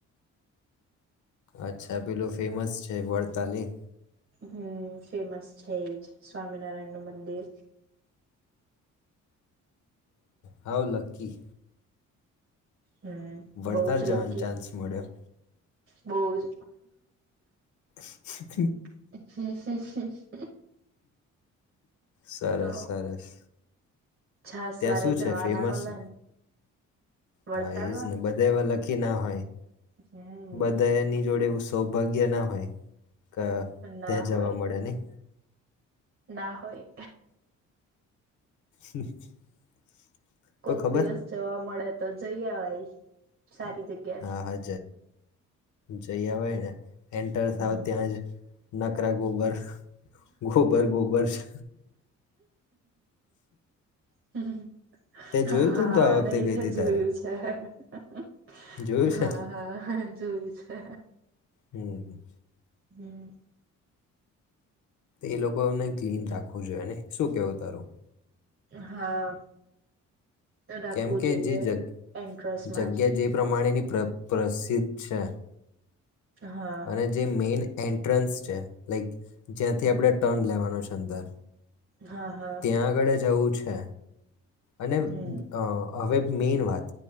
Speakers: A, on the left (about 75°); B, on the right (about 45°).
A: અચ્છા પેલું ફેમસ છે વરતાલી
B: હમ ફેમસ છે એજ સ્વામિનારાયણનું મંદિર
A: હાઉ લકી
B: હમ
A: વડતાલ
B: બઉ જ
A: જવાનો
B: લક્કી
A: ચાન્સ મળ્યો
B: બહ જ
A: <inaudible>
B: <unintelligible> <inaudible>
A: સરસ
B: તો
A: સરસ
B: છાસ
A: ત્યાં
B: વારે
A: શું
B: જવાના
A: છે ફેમસ
B: મળે વડતાલમાં
A: હા એજ ને બધા એવા લ ક્કીના હોય
B: હમ
A: બધા એની જોડે સૌભાગ્ય ના હોય ક
B: ના
A: ત્યાં જવા
B: હોય
A: મળે નહિં?
B: ના હોય.
A: <inaudible>
B: કોક
A: પણ ખબર
B: દિવસ જવા મળે તો જઈ આવાય સારી જગ્યા
A: હા
B: જ.
A: હા જઈ આવાય ને. એન્ટર
B: હમ
A: થાવ ત્યાં જ નકરા ગોબર ગોબર-ગોબર છે.
B: <inaudible>
A: તે
B: હા,
A: જોયું તું ને
B: હા,
A: તો આ વખતે
B: નહીં
A: ગઈ
B: તે
A: હતી
B: જોયું
A: તારે
B: છે. <inaudible>
A: જોયું
B: હા,
A: છે ને?
B: હા. જોયું છે.
A: હમ્મ.
B: હમ્મ.
A: એ લોકો ને ક્લીન રાખવું જોઈએ, નહીં? શું કેવું તારું?
B: હા. રાખવું
A: કેમ કે
B: જોઈએ
A: જે જગ
B: એન્ટ્રસમાં
A: જગ્યા
B: જ.
A: જે પ્રમાણેની પ્ર પ્રસિદ્ધ છે.
B: હા
A: અને જે મેન એન્ટ્રન્સ છે લાઈક જ્યાંથી આપણે ટર્ન લેવાનો છે અંદર
B: હા હા
A: ત્યાં આગળ જવું પૂ છે. અને
B: હમ
A: અ હવે મેન વાત